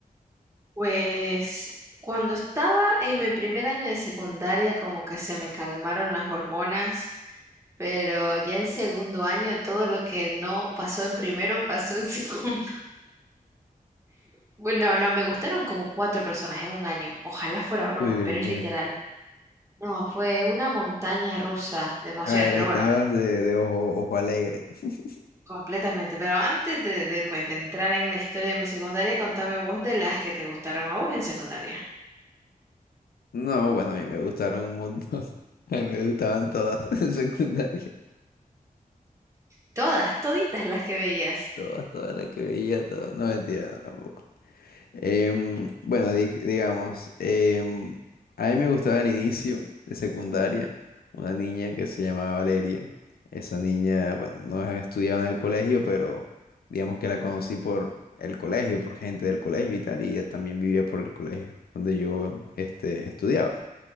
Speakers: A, on the right; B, on the left.
A: Pues cuando estaba en mi primer año de secundaria, como que se me calmaron las hormonas pero ya en segundo año todo lo que no pasó en primero pasó en <laughs> segundo. Bueno, no, me gustaron como cuatro personas en un año. Ojalá fuera broma,
B: Uy, Dios
A: pero
B: mío.
A: es literal. No, fue una montaña rusa de emociones,
B: A ver,
A: pero
B: estabas
A: bueno,
B: de, de ojo, ojo alegre. <laughs>
A: completamente. Pero antes de, de, pues, de entrar en la historia de mi secundaria, contame vos de las que te gustaron a vos en secundaria.
B: No, bueno, a mí me gustaron un montón. <laughs> A mí me gustaban todas <laughs> en secundaria.
A: Todas, toditas las que veías.
B: Todas, todas las que veía, todas. No, mentira, no, tampoco. Em, bueno, di- digamos, em, a mí me gustaba al inicio de secundaria una niña que se llamaba Valeria. Esa niña, bueno, no estudiaba en el colegio, pero digamos que la conocí por el colegio, por gente del colegio y tal, y ella también vivía por el colegio donde yo este, estudiaba.